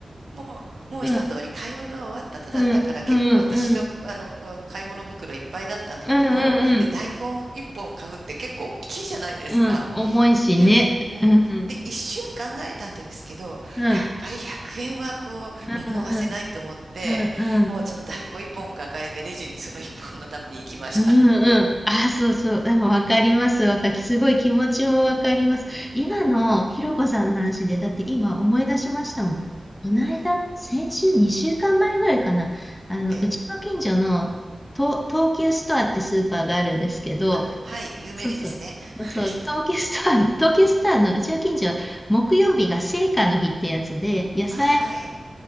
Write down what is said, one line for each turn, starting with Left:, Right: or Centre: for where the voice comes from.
Right: もう、もう一通り買い物終わった後だったから、
Left: うん。うん。
Right: 結構私の、
Left: うん。うん。
Right: あの、買い物袋いっぱいだったんだけど、
Left: うん。うん。
Right: で、
Left: うん。
Right: 大根一本買うって結構大きいじゃないですか。
Left: うん重いしね。
Right: で、うん。
Left: うん。うん。
Right: で、一瞬考えたんですけど、
Left: うん。
Right: やっぱり100円はこう、見逃せないと思って、
Left: うん。うん。うん。うん
Right: もうその大根一本抱えて、レジにその一本のために行きました。
Left: うんうん。あ、そうそう。でもわかります。わかすごい気持ちもわかります。今のひろこさんの話で、だって今思い出しましたもん。この間、
Right: はい。
Left: 先週2週間前ぐらいかな。あの、
Right: ええ
Left: うちの近所の東東急ストアってスーパーがあるんですけど、
Right: あ、はい、有名ですね。
Left: そうそう。
Right: <laughs> はい。
Left: そうそう。東急ストア、東急ストアのうちの近所は木曜日が青果の日ってやつで、野菜
Right: あ、はい。